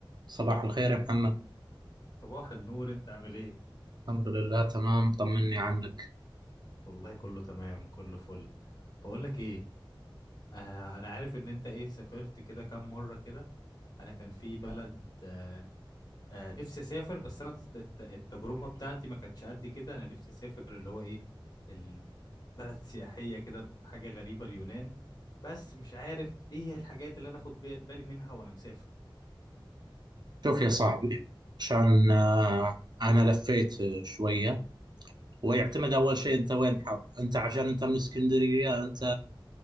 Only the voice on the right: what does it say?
صباح الخير يا محمد
الحمد لله تمام طمني عنك
شوف يا صاحبي عشان آه، انا لفيت آه، شويه ويعتمد
اول شيء انت وين حاب انت عشان انت من اسكندريه انت